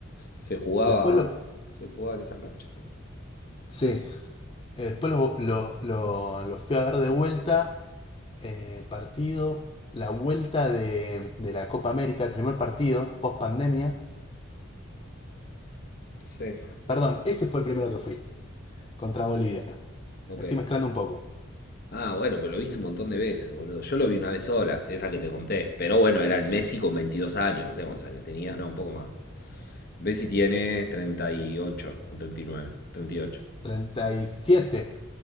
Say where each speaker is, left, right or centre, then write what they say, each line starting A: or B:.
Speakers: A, on the left; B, on the left.
A: Se jugaba,
B: Después lo...
A: se jugaba en esa cancha.
B: Sí, Eh, después lo, lo- lo- lo fui a ver de vuelta, eh, partido, la vuelta de, de la Copa América, el primer partido, post pandemia.
A: Sí,
B: Perdón, ese fue el primero que fui, contra Bolivia.
A: ok.
B: Estoy mezclando un poco.
A: Ah, bueno, pero lo viste un montón de veces, boludo. Yo lo vi una vez sola, esa que te conté. Pero bueno, era el Messi con 22 años, no sé cuántos años tenía, no, un poco más. Messi tiene 38 o treinta treinta y nueve, treinta y ocho.
B: treinta y siete